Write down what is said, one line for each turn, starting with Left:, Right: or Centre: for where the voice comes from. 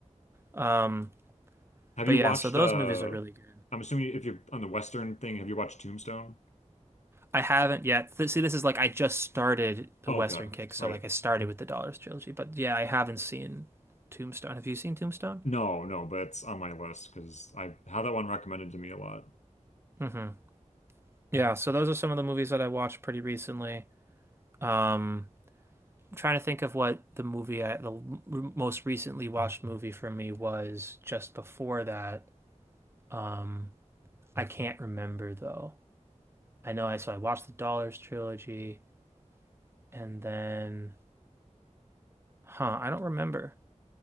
Right: Um,
Left: Have
Right: but
Left: you
Right: yeah,
Left: watched
Right: so those
Left: uh
Right: movies are really good.
Left: I'm assuming if you're on the Western thing, have you watched Tombstone?
Right: I haven't yet. Th see, this is like I just started the
Left: Oh,
Right: Western
Left: okay.
Right: kick, so
Left: Right.
Right: like I started with the Dollars trilogy. But yeah, I haven't seen Tombstone. Have you seen Tombstone?
Left: No, no, but it's on my list because I had that one recommended to me a lot.
Right: hmm Yeah, so those are some of the movies that I watched pretty recently. Um, I'm trying to think of what the movie I, the l- r- most recently watched movie for me was just before that. Um, I can't remember though. I know I so I watched the Dollars trilogy and then huh, I don't remember.